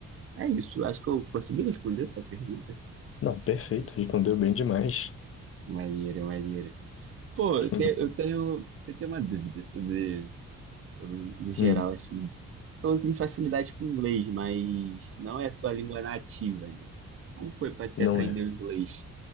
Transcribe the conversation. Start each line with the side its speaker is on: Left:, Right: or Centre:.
Right: é isso. Acho que eu consegui responder essa pergunta.
Left: Não, perfeito, respondeu bem demais.
Right: Maneira, maneira. Pô,
Left: <laughs>
Right: eu te- eu tenho, eu tenho uma dúvida sobre sobre, no geral,
Left: Hum,
Right: assim. Você falou que tem facilidade com inglês, mas não é só a língua nativa, né? Como foi para você
Left: não
Right: aprender
Left: é.
Right: o inglês?